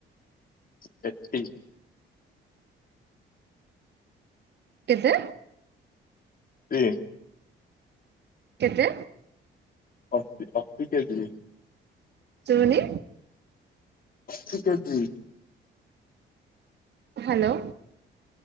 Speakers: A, on the left; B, on the right.
A: ଫିପଟି।
B: କେତେ?
A: ଟି
B: କେତେ?
A: ଅଶୀ ଅଶୀ କେଜିି।
B: ଶୁବୁନି
A: ଠିକେଜି
B: ହ୍ୟାଲୋ।